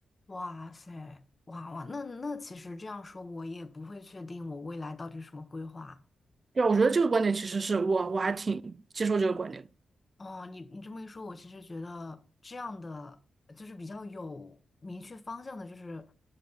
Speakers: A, on the left; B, on the right.
A: 哇塞，哇哇，那那其实这样说，我也不会确定我未来到底是什么规划。
B: 对啊，我觉得这个观点其实是我我还挺接受这个观点的
A: 哦，你你这么一说，我其实觉得这样的就是比较有明确方向的，就是